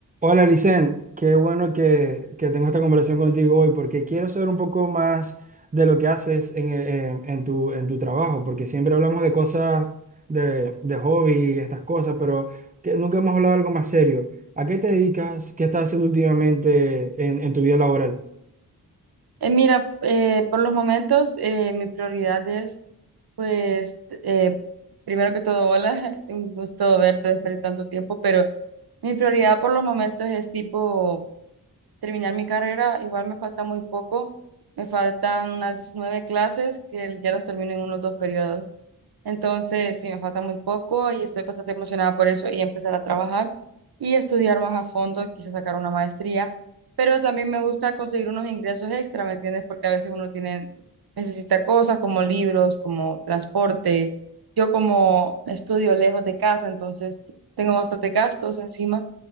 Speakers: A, on the right; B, on the right.
A: Hola, Licen, qué bueno que, que tengo esta conversación contigo hoy porque quiero saber un poco más de lo que haces en, eh, en tu, en tu trabajo, porque siempre hablamos de cosas de, de hobby, estas cosas, pero que nunca hemos hablado de algo más serio. ¿A qué te dedicas? ¿Qué estás haciendo últimamente en, en tu vida laboral?
B: Eh, mira, eh, por los momentos eh, mi prioridad es, pues, eh, primero que todo, hola, <laughs> un gusto verte después de tanto tiempo, pero mi prioridad por los momentos es tipo terminar mi carrera, igual me falta muy poco, me faltan unas nueve clases que ya los termino en unos dos periodos. Entonces, sí, me falta muy poco y estoy bastante emocionada por eso y empezar a trabajar y estudiar más a fondo, quizás sacar una maestría, pero también me gusta conseguir unos ingresos extra, ¿me entiendes? Porque a veces uno tiene, necesita cosas como libros, como transporte. Yo como estudio lejos de casa, entonces tengo bastante gastos encima